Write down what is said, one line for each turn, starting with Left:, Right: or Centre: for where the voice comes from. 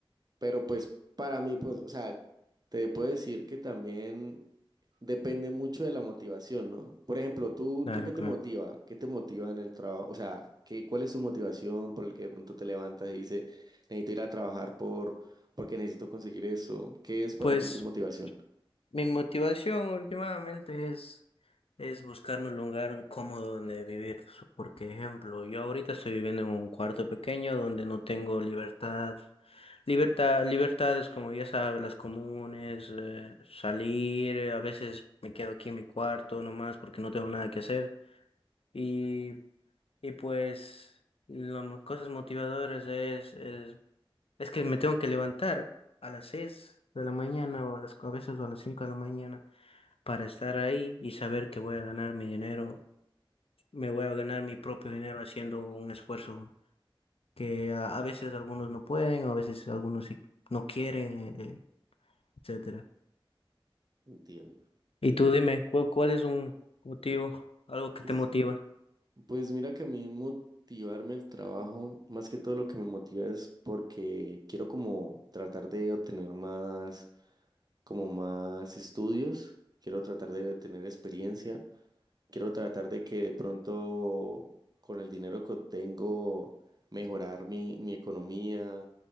Right: pero pues para mí, pues, o sea, te puedo decir que también depende mucho de la motivación, ¿no? Por ejemplo, ¿tú,
Left: Claro,
Right: tú qué te
Left: claro.
Right: motiva? ¿Qué te motiva en el trabajo? O sea, ¿qué, cuál es tu motivación por el que de pronto te levantas y dices, necesito ir a trabajar por, porque necesito conseguir eso? ¿Qué es para
Left: Pues
Right: ti tu motivación?
Left: Mi motivación últimamente es, es buscarme un lugar cómodo donde vivir. So, Por ejemplo, yo ahorita estoy viviendo en un cuarto pequeño donde no tengo libertad. Libertad, libertades como ya sabes, las comunes, eh, salir, eh, a veces me quedo aquí en mi cuarto nomás porque no tengo nada que hacer. Y, y pues las cosas motivadoras es, es, es que me tengo que levantar a las 6 de la mañana o a las, a veces a las 5 de la mañana para estar ahí y saber que voy a ganar mi dinero, me voy a ganar mi propio dinero haciendo un esfuerzo que a, a veces algunos no pueden, a veces algunos sí no quieren, eh, etcétera.
Right: Entiendo.
Left: Y tú dime, ¿cuál, cuál es un motivo, algo que
Right: Pues
Left: te motiva?
Right: Pues mira que a mí motivarme al trabajo, más que todo lo que me motiva es porque quiero como tratar de obtener más, como más estudios, quiero tratar de tener experiencia, quiero tratar de que de pronto con el dinero que obtengo mejorar mi, mi economía,